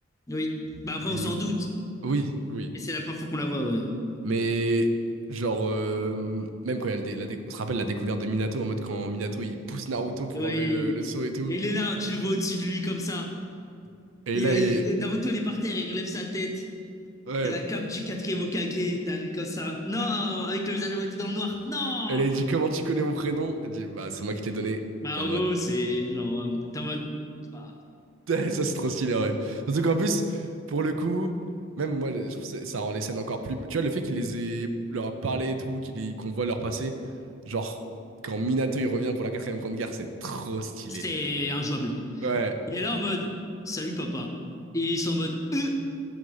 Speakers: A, on the left; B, on the right.
A: Oui. Bah après,
B: Et
A: on
B: du
A: s'en
B: coup-
A: doute.
B: Oui, oui.
A: Mais c'est la première fois qu'on la voit, ouais.
B: Mais genre, euh, même quand il y a le dé- la dé- on se rappelle la découverte de Minato, en mode quand Minato il pousse Naruto pour
A: Oui.
B: enlever le, le sceau et tout.
A: Et il est là, tu le vois au-dessus de lui, comme ça.
B: Et
A: Il,
B: là,
A: a-
B: il...
A: il- Naruto, il est par terre, il relève sa tête.
B: Ouais.
A: T'as la cape du quatrième Hokage, t'as lui comme ça. Non, avec le visage à moitié dans le noir. Non!
B: Et là, il dit comment tu connais mon prénom? Il dit, bah c'est moi qui te l'ai donné.
A: Bah,
B: T'es
A: en
B: en mode,
A: gros, c'est genre, euh, t'es en mode, bah,
B: <laughs> Eh, ça c'est trop stylé, ouais. Surtout qu'en plus, pour le coup, même moi, je trouve que ça ça rend les scènes encore plus... Tu vois, le fait qu'il les ait... leur a parlé et tout, qu'il les- qu'on voit leur passé, genre, quand Minato il revient pour la quatrième grande guerre, c'est trop stylé.
A: c'est injouable.
B: Ouais,
A: Il est là en mode, salut papa. Et ils sont en mode, euh,